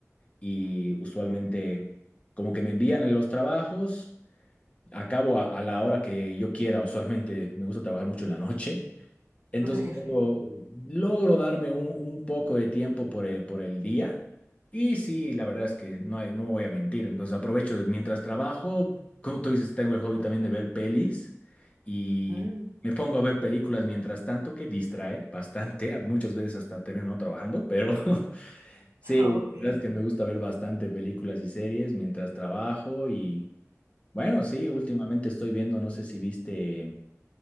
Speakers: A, on the left; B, on the right.
A: y usualmente como que me envían en los trabajos, acabo a, a la hora que yo quiera, usualmente me gusta trabajar mucho en la noche, entonces
B: propio jefe.
A: tengo- logro darme un, un poco de tiempo por el, por el día. Y sí, la verdad es que no hay, no voy a mentir. Entonces aprovecho de- mientras trabajo. Como tú dices, tengo el hobby también de ver pelis y
B: Mm,
A: me pongo a ver películas mientras tanto, que distrae bastante. <laughs> a- Muchas veces hasta termino no trabajando, pero <laughs> sí,
B: <laughs> ok.
A: la verdad es que me gusta ver bastante películas y series mientras trabajo. Y bueno, sí, últimamente estoy viendo, no sé si viste eh,